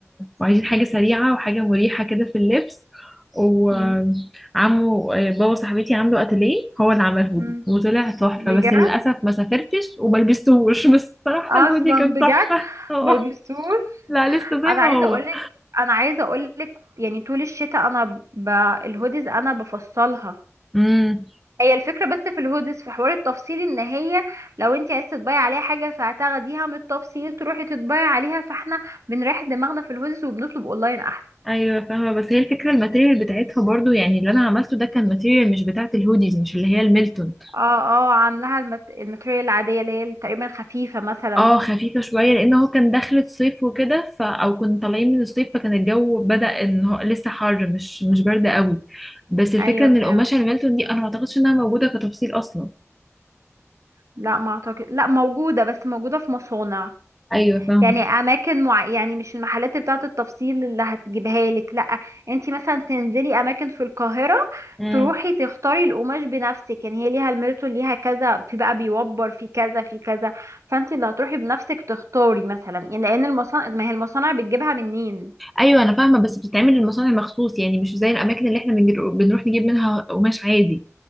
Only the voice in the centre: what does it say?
وعايزين حاجه سريعه وحاجه مريحه كده في اللبس وعمو
بابا صاحبتي عنده اتيليه هو اللي عمل هودي
وطلع تحفه
بس للاسف ما سافرتش وما لبستهوش <laughs> بس الصراحه
الهودي كان
تحفه <laughs> اه
لا لسه زي
ما
هو
امم
ايوه فاهمه بس هي الفكره الماتيريال بتاعتها برضو يعني اللي انا عملته ده كان ماتيريال مش بتاعه الهوديز مش اللي هي الميلتون
اه خفيفه شويه لان هو كان دخلة صيف وكده ف او كنا طالعين من الصيف فكان الجو بدأ ان هو لسه حر مش مش برد قوي بس الفكره
ان
القماشه الميلتون دي انا ما اعتقدش انها موجوده كتفصيل اصلا
ايوه فاهمه
امم
ايوه انا فاهمه بس بتتعمل للمصانع مخصوص يعني مش زي الاماكن اللي احنا بنجر- بنروح نجيب منها قماش عادي